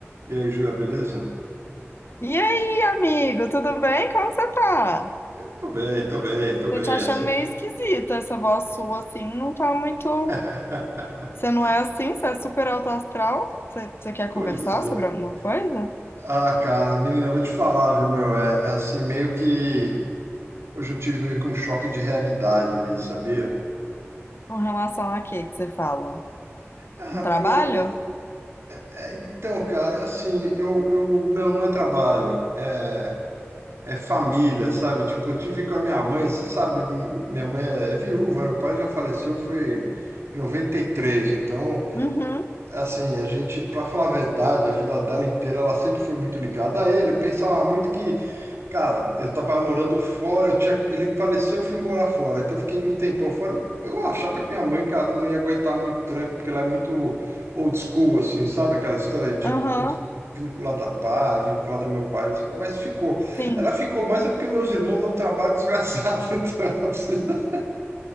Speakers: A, on the right (about 65°); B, on the left (about 55°).
A: E aí, Júlia, beleza?
B: E aí, amigo, tudo bem? Como você tá?
A: Eu tô bem, tô bem, tô
B: Tô
A: bem,
B: te achando
A: assim.
B: meio esquisita essa voz sua, assim, não tá muito.
A: <laughs>
B: Você não é assim? Você é super alto astral? Você, você quer
A: Pois
B: conversar
A: é.
B: sobre alguma coisa?
A: Ah, cara, menina, eu vou te falar, viu, meu? É, é assim, meio que. Hoje eu tive meio que um choque de realidade ali, sabia?
B: Com relação a quê que você fala?
A: Ah,
B: Um trabalho?
A: pô, eu- é, então, cara, é assim, eu, eu. Não, não é trabalho, é, é família, sabe? Tipo, eu tive com a minha mãe, você sabe, minha mãe é é viúva, meu pai já faleceu, foi em 93. então.
B: Uhum,
A: É Assim, a gente, pra falar a verdade, a vida dela inteira, ela sempre foi muito ligada a ele. Eu pensava muito que, cara, eu tava morando fora, eu tinha, ele faleceu, eu fui morar fora. Então eu fiquei um tempão fora. Eu, eu achava que minha mãe, cara, não ia aguentar muito tranco, porque ela é muito old school, assim, sabe? Aquela história de, tipo,
B: aham,
A: muito vinculada a pai, vinculada ao meu pai, não sei o quê. Mas ficou.
B: sim.
A: Ela ficou mais é porque meus irmãos dão um trabalho desgraçado. <laughs> Então ela precisa.